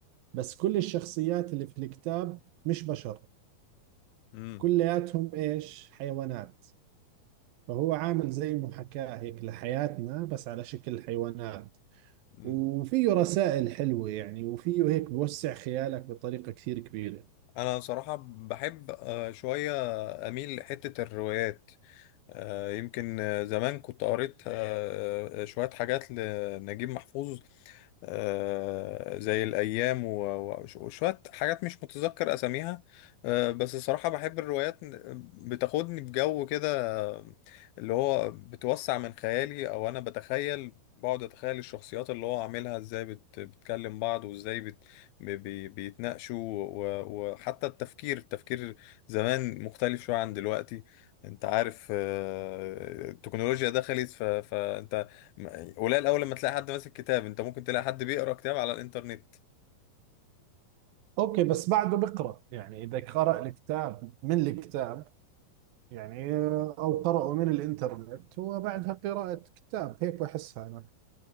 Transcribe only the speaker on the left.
امم
امم
انا صراحة بحب آه، شوية اميل لحتة الروايات آه، يمكن آه، زمان كنت قريت آه، آه، شوية حاجات لنجيب محفوظ آه، زي الأيام و- و- وش- وشوية حاجات مش متذكر أساميها آه، بس الصراحة بحب الروايات بتاخدني بجو كده آه، اللي هو بتوسع من خيالي أو أنا بتخيل بقعد أتخيل الشخصيات اللي هو عاملها إزاي بت- بتكلم بعض وإزاي بت بي بي- بيتناقشوا و- وحتى التفكير التفكير زمان مختلف شوية عن دلوقتي انت عارف آه، التكنولوجيا دخلت ف... فانت ما- قليل اول لما تلاقي حد ماسك كتاب انت ممكن تلاقي حد بيقرا كتاب على الانترنت